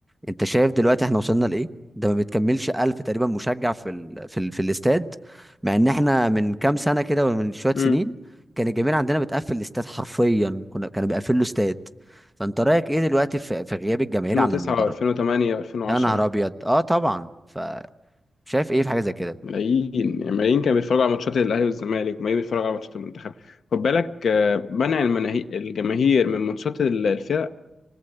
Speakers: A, in the centre; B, on the left.
A: انت شايف دلوقتي احنا وصلنا لايه ده ما بتكملش ألف تقريبا مشجع في ال... في ال... في الاستاد مع ان احنا من كام سنه كده ولا من شويه
B: امم
A: سنين كان الجماهير عندنا بتقفل الاستاد حرفيا كنا كانوا بيقفلوا استاد فانت رايك ايه دلوقتي في, في غياب الجماهير
B: 2009
A: عن المدرج
B: 2008 2010
A: يا نهار ابيض اه طبعا فشايف ايه في حاجه زي كده
B: ملايين يعني ملايين كانوا بيتفرجوا على ماتشات الاهلي والزمالك وملايين بيتفرجوا على ماتشات المنتخب خد بالك آه، منع المناهي... الجماهير من ماتشات ال- الفرق